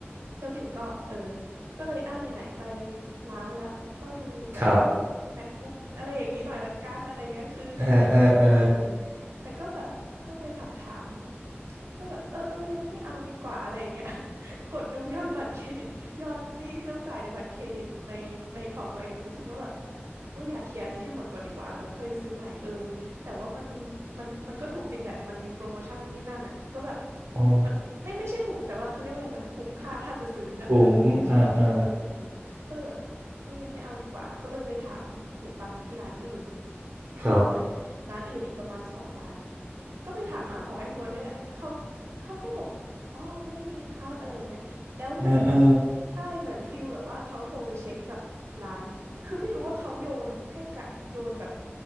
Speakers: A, on the right; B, on the right.
A: แล้วบิ่มก็เออก็เลยอ่าไหนๆไปร้านแล้วก็ดูแบบพวก
B: ครับ
A: MacBook อะไรอย่างนี้หน่อยละกันอะไรเงี้ยคือเล็งๆไว้อยู่เออ
B: เออเออเออ
A: แต่ก็แบบก็ไปถามถามก็แบบเออเออยังไม่เอาดีกว่าอะไรอย่างเงี้ย <laughs> กดดูยอดบัตรเครดิตยอดหนี้ที่ต้องจ่ายในบัตรเครดิตในในของตัวเองอะรู้สึกว่าแบบโอ้ยอยากเคลียร์อันนี้ให้หมดก่อนดีกว่าแล้วค่อยซื้อใหม่เออแต่ว่ามันมันมันก็ถูกจริงแหละมันมีโปรโมชั่นนู่นนี่นั่นอ่ะก็แบบ
B: อ๋อ
A: มันไม่ไม่ใช่ถูกแต่ว่าเขาเรียกอะไรมันคุ้มค่าถ้าจะซื้ออะเออใช่ใช่ใช่มันรู้สึกคุ้มก็เลยแบบเออยังไม่เอาดีกว่าก็เลยไปถามหูฟังที่ร้านอื่น
B: คุ้มเออเออครับ
A: ใช่ร้านอื่นอีกประมาณสองร้านก็ไปถามหาของ iPhone นี่แหละเขาเขาก็บอกอ๋อไม่มีครับอะไรอย่างเงี้ยแล้ว
B: เออเออ
A: ใช่เหมือนฟิลแบบว่าเขาโทรไปเช็คกับร้านคือไม่รู้ว่าเขาโยนให้กะโยนแบบ